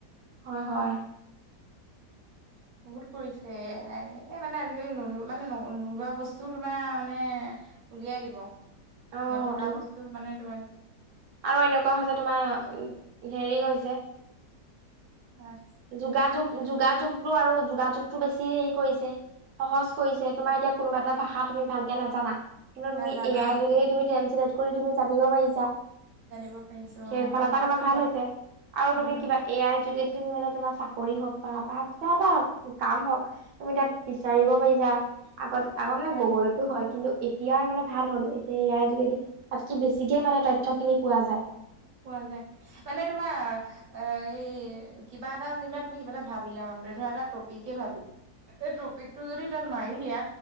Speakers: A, on the right; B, on the right.
A: হয় হয়
B: বহুত কৰিছে এ মানে আজিকালি নোলোৱা মানে নোলোৱা বস্তুও তোমাৰ মানে উলিয়াই দিব
A: অ
B: নথকা
A: তো
B: বস্তু মানে তোমাক
A: আৰু এনেকুৱা হৈছে তোমাৰ হেৰি হৈছে
B: অ
A: যোগাযোগ যোগাযোগতটো আৰু যোগাযোগতটো বেছি হেৰি কৰিছে সহজ কৰিছে তোমাৰ এতিয়া কোনোবা এটা ভাষা তুমি ভালকে নাজানা কিন্তু তুমি
B: নাজানা
A: এয়া যদি তুমি, চিলেক্ট কৰি তুমি জানিব পাৰিছা।
B: জানিব পাৰিছো
A: সেই
B: অ
A: ফালৰ
B: হয়
A: পৰা তোমাৰ
B: সেইটো
A: ভাল
B: হয়
A: হৈছে আৰু
B: উম
A: তুমি কিবা এ আইৰ যোগেদি তুমি মানে তোমাৰ চাকৰি হওক বা বা কিবা এটা কাম হওক তুমি তাত বিচাৰিব পাৰিছা। আগত আগত মানে
B: পাৰি
A: গুগলটো হয় কিন্তু এতিয়া মানে ভাল হ'ল এতিয়া ইয়াৰ যোগেদি তাত কি বেছিকে মানে তথ্যখিনি পোৱা যায়
B: পোৱা যায় মানে তোমাৰ অ এই কিবা এটা যেনিবা তুমি কিবা এটা ভাবিলা মানে ধৰা এটা টপিকে ভাবি এই ট্ৰপিক টো যদি তাত মাৰি দিয়া